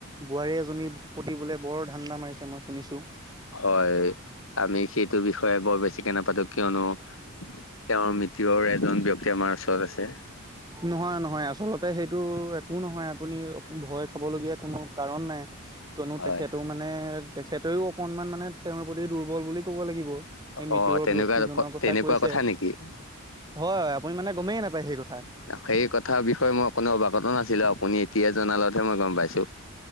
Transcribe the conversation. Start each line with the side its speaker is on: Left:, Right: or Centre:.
Right: বোৱাৰী এজনীৰ পতিবলে বৰ ধান্দা মাৰিছে মই শুনিছো।
Left: হয় আমি সেইটো বিষয়ে বৰ বেছিকে নাপাতো কিয়নো তেওঁৰ মিতিঙৰে এজন ব্যয়ক্তি আমাৰ ওচৰত আছে।
Right: নহয় নহয় আচলতে সেইটো একো নহয় আপুনি ভয় খাব লগীয়া কোনো কাৰণ নাই। কিয়নো
Left: হয়
Right: তেখেতক মানে তেখেতেও অকনমান মানে তেওঁৰ প্ৰতি দুৰ্বল বুলি কব লাগিব। এই মৃতুৰৰ
Left: অ তেনেকুৱা
Right: ব্যক্তিজনৰ
Left: ক-
Right: কথা
Left: তেনেকুৱা
Right: কৈছে
Left: নেকি
Right: হয় আপুনি মানে গমেই নাপায় সেই কথা
Left: সেই কথা বিষয়ে মই অকনো অৱাগত নাছিলো আপুনি এতিয়াই জনালতহে মই গম পাইছো